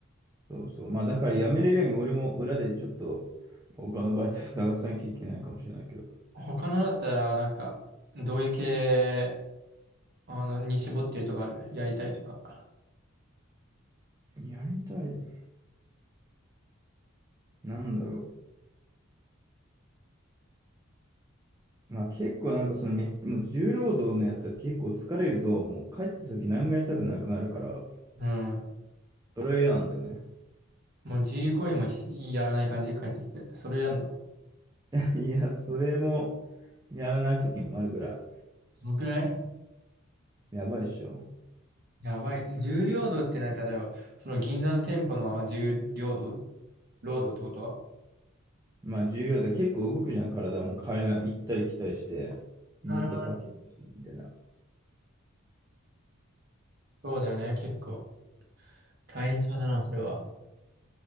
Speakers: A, on the right (about 15°); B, on the right (about 50°).
A: そうそう。まあだから辞めれるように俺も裏でちょっと他のバイトを探さなきゃいけないかもしれないけど。
B: 他のだったら、なんか、どういう系、あの、に絞ってるとかあるやりたいとか。
A: やりたい。なんだろう。まあ結構なんかそのめ、もう重労働のやつは結構疲れると、もう帰った時何もやりたくなくなるから、
B: うん。
A: それは嫌なんだよね。
B: もう自由行為もしやらない感じで帰ってきて。それをやるの。
A: <laughs> いや、それもやらない時もあるぐら
B: そのくらい
A: い。やばいっしょ。
B: やばい。重労働って何例えば、その銀座の店舗の重労働、労働ってことは
A: まあ重量で結構動くじゃん、体も階段行ったり来たりして、
B: なるほどね。
A: ずっと立ってるみたいな。
B: そうだよね、結構。大変そうだな、それは。